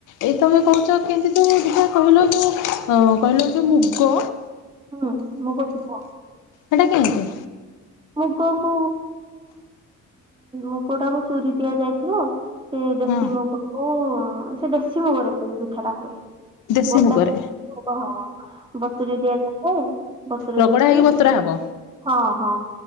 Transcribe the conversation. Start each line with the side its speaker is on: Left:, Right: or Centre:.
Left: ଏଇ ତମେ କହୁଛ କେମତି ତୁ ଯ କହିଲ ଯେ କହିଲ ଯୋଉ ମୁଗ
Right: ହୁଁ ମୁଗପିଠା।
Left: ସେଇଟା କେମିତି?
Right: ମୁଗ କୁ ମୁଗ ଟାକୁ ଚୁରି ଦିଆଯାଇଥିବ। ସେ ଦେଶୀ
Left: ହଁ
Right: ମୁଗକୁ ସେ ଦେଶୀ ମୁଗରେ କିନ୍ତୁ ପିଠା ଟା ହୁଏ।
Left: ଦେଶୀ
Right: ଗୋଟା
Left: ମୁଗରେ
Right: ଚୁରି ମୁଗ ହଁ। ବତୁରେ ଦିଆଯାଇଥାଏ ବତୁୁର
Left: ରଗଡ଼ା
Right: ଦେଇକି
Left: ହେଇକି ବତୁରା ହବ
Right: ହଁ ହଁ